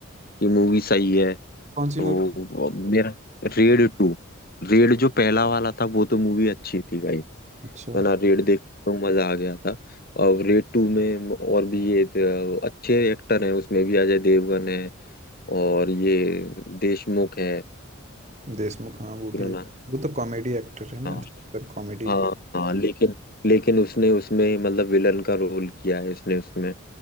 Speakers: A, on the left; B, on the right.
A: कि मूवी सही है
B: कौन सी
A: तो
B: मूवी
A: मेरा रेड टू रेड जो पहला वाला था वो तो मूवी अच्छी थी भाई
B: अच्छा
A: है ना रेड देख के तो मजा आ गया था अब रेड टू में और भी ये अ, अच्छे एक्टर हैं उसमें भी अजय देवगन है और ये देशमुख है
B: देशमुख हाँ वो
A: पुराना
B: भी वो तो कॉमेडी एक्टर है ना
A: हाँ
B: जो कॉमेडी
A: हाँ हाँ लेकिन लेकिन उसने उसमें मतलब विलन का रोल किया है उसने उसमें